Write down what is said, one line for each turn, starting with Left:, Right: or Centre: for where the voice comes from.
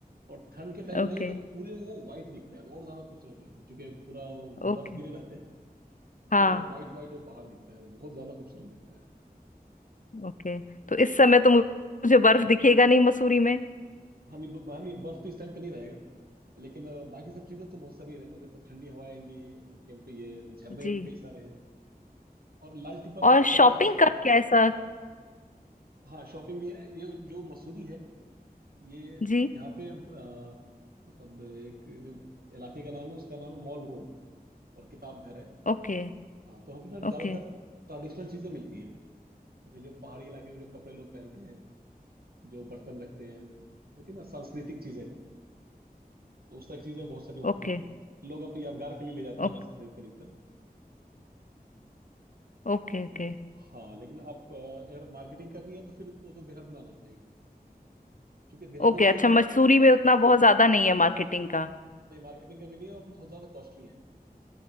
Right: और ठंड के टाइम में
Left: ओके
Right: जाइए तो पूरे वो व्हाइट दिखता है तो और ज्यादा खूबसूरत लगता है क्योंकि पूरा वो
Left: ओके
Right: बर्फ गिरे रहते हैं तो पूरा
Left: हाँ
Right: एकदम व्हाइट व्हाइट वो पहाड़ दिखता है बहुत ज्यादा खूबसूरत दिखता है
Left: ओके तो इस समय
Right: हाँ
Left: तो मु- मुझे बर्फ दिखेगा नहीं मसूरी में
Right: हाँ नहीं ब- हाँ, नहीं बर्फ तो इस टाइम पे नहीं रहेगा लेकिन अ, बाकी सब चीजें तो बहुत सारी है ना जैसे ठंडी हवाएं आएंगी कैंप पे ये झरने
Left: जी
Right: कई सारे हैं और लाल टिब्बा
Left: और
Right: पे एक
Left: शॉपिंग
Right: और खास चीज
Left: का
Right: है
Left: कैसा
Right: हाँ शॉपिंग भी है ये जो मसूरी है ये
Left: जी
Right: यहाँ पे अ, मतलब एक इलाके का नाम है उसका नाम है मॉल रोड और किताब घर है
Left: Okay
Right: हाँ तो वहाँ पे ना ज्यादातर
Left: Okay
Right: ट्रेडिशनल चीजें मिलती हैं जैसे जो पहाड़ी इलाके में जो कपड़े लोग पहनते हैं जो बर्तन रखते हैं होती है ना सांस्कृतिक चीजें तो उस तरह की चीज़ें बहुत सारी वहाँ
Left: Okay
Right: पे मिलती हैं लोग अपने यादगार के लिए ले जाते हैं
Left: Okay
Right: यहाँ से खरीद खरीद कर
Left: Okay
Right: तो
Left: Okay
Right: हाँ लेकिन आप अ, अगर मार्केटिंग करनी है तो फिर वो तो देहरादून आना पड़ेगा क्योंकि देहरादून
Left: Okay
Right: तो
Left: अच्छा
Right: क्या
Left: मसूरी में उतना बहुत ज्यादा नहीं है मार्केटिंग का
Right: नहीं मार्केटिंग का भी नहीं है और बहुत ज़्यादा कॉस्टली है